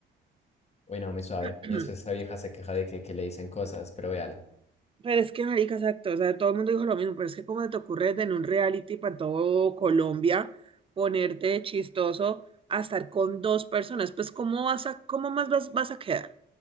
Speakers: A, on the left (about 30°); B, on the right (about 25°).
A: Uy, no, muy suave.
B: <clears throat>
A: Y después esa vieja se queja de que, que le dicen cosas, pero véala.
B: Pero es que, marica, exacto, o sea, todo el mundo dijo lo mismo, pero es que cómo se te ocurre en un reality para todo Colombia ponerte de chistoso a estar con dos personas, pues cómo vas a, cómo más vas, vas a quedar.